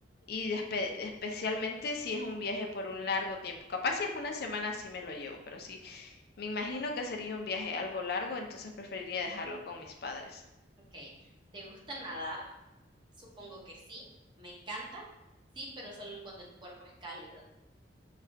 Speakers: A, on the left (about 55°); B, on the right (about 25°).
A: Y despe- especialmente si es un viaje por un largo tiempo. Capaz si es una semana sí me lo llevo, pero sí, me imagino que sería un viaje algo largo, entonces preferiría dejarlo con mis padres.
B: Ok, ¿te gusta nadar? Supongo que sí, me encanta. Sí, pero solo cuando el cuerpo es cálido.